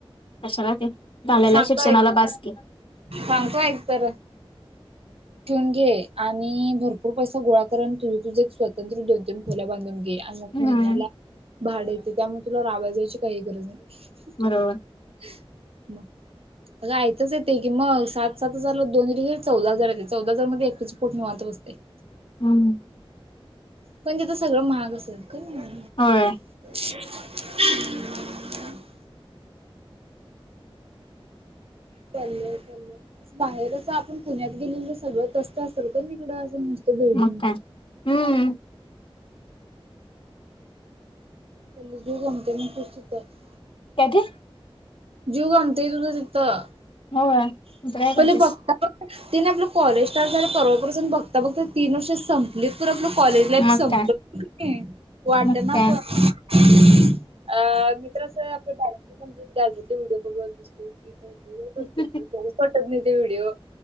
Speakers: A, on the left; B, on the right.
A: कशाला ते झालेल्या
B: सांगतोय
A: शिक्षणाला बास की.
B: सांगतो एक तर?
A: <inaudible>
B: ठेऊन घे आणि भरपूर पैसा गोळा कर न तुझ तुझ एक स्वतंत्र दोन तीन खोल्या बांधून घे अन मग
A: हम्म
B: महिन्याला भाड येते त्यामुळ तुला राबाया जायची काही गरज नाही.
A: <inaudible>
B: <unintelligible> अग आयत चं येते की म सात सात हजार ला दोनी डी चौदा हजार येते चौदा हजार मध्ये एकटीच पोट निवांत बसतंय.
A: हुं!
B: पण तिथं सगळं महाग असल कनी.
A: हा!
B: <inaudible> चालय चालय बाहेर असं आपुण पुण्यात गेलेल सगळं तस्त असल का तिकडं आपण त बिल्डिंग
A: मग काय हम्म
B: क जी गमते म खसित <unintelligible>
A: तत काय ते <unintelligible>
B: जीव गमतय तुझं तिथं.
A: होय इथं काय करतेस
B: पले बघता बघ तीन आपलं कॉलेज स्टाट झालं परवापासून बघता बघता तीन वर्ष संप ल पर आपलं कॉलेज लाईफ
A: मग
B: संपलं
A: काय
B: वाटना
A: मग काय
B: पण. <unintelligible>
A: ह <inaudible>
B: पटत नाही ते व्हिडिओ